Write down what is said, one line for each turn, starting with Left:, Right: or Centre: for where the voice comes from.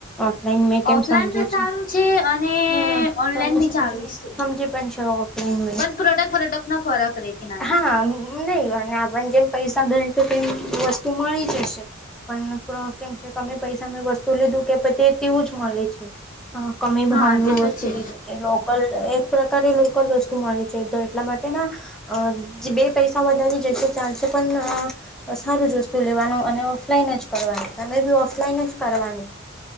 Centre: ઓફલાઈન મેં કેમ
Left: ઓફલાઈન
Centre: સમજે
Left: બી સારું
Centre: છે
Left: અને
Centre: હમ
Left: ઓનલાઈન
Centre: મને
Left: બી
Centre: સમજે
Left: સારું જ છે
Centre: સમજી પણ છે ઓફલાઈન મે
Left: પણ પ્રોડક્ટ ફોડક્ટ ન ફરક રહેતી નામ.
Centre: હા નહી અને આપને જેમ પૈસા દઈ તો તેમ વસ્તુ મળી જશે. પણ ક્રો કેમ છે તમે પૈસા મેં વસ્તુ લીધું કે તે તેવું જ મળે છે. હા કમે ભાવ
Left: હા
Centre: નનું
Left: તે તો
Centre: વસતુ
Left: છે
Centre: લીઘું કે લો. પલ એક પ્રકારે લોકલ વસ્તુ મળે છે તો એટલા માટે ના. અ જે બે પૈસા વધાારે જશે ચાલશે પણ ન. બ સારું જ વસ્તુ લેવાનું અને ઓફલાઈન જ કરવાનું તમે બી ઓફલાઈન જ કરવાની